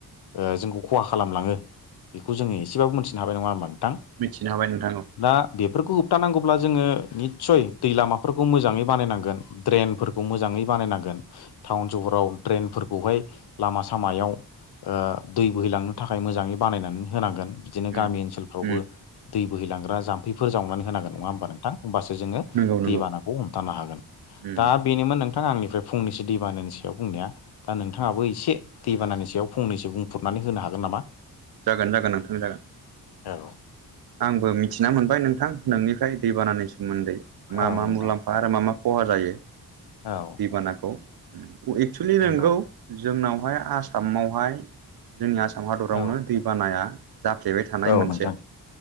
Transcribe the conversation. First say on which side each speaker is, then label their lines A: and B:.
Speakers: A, on the left; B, on the right.
A: ओजोंखौ खहा खालामलाङो बेखौ जोङो एसेबाबो मोनथिनो हाबाय नङा होमबा नोंथां।
B: मिथिनो हाबाय नोंथां औ।
A: दा बेफोरखौ होबथानांगौब्ला जोङो निसय दै लामाफोरखौ मोजाङै बानायनांगोन। ड्रेनफोरखौ
B: उम
A: मोजाङै बानायनांगोन। टाउन सहराव ड्रेनफोरखौहाय लामा सामायाव ओ दै बोहैलांनो थाखाय मोजाङै बानायनानै होनांगोन बिदिनो
B: उम
A: गामि ओनसोलफ्रावबो।
B: उम
A: दै बोहैलांग्रा जाम्फैफोर जावनानै। होनांगोन नङा होनबा नोंथां होमबासो जोङो
B: नंगौ
A: दै
B: नंगौ
A: बानाखौ हमथानो हागोन।
B: उम
A: दा बेनोमोन नोंथां आंनिफ्राय फंनैसो दैबानानि सायाव बुंनाया दा नोंथाङाबो
B: औ
A: एसे दैबानानि सायाव फंनैसो बुंफ्रुनानै होनो हागोन नामा?
B: जागोन जागोन नोंथांनि जागोन।
A: औ।
B: आंबो मिथिना मोनबाय नोंथां नोंनिफ्राय दैबानानि सोमोन्दै मा
A: औ
B: मा
A: नोंथां
B: मुलाम्फा बा आरो मा मा खहा जायो?
A: औ।
B: दैबानाखौ। एक्सेलि नोंगौ
A: नंगौ
B: जोंनावहाय आसामावहाय जोंनि आसाम हादरावनो
A: औ
B: दैबानाया जाफ्लेबाय थानाय
A: औ
B: मोनसे
A: नोंथां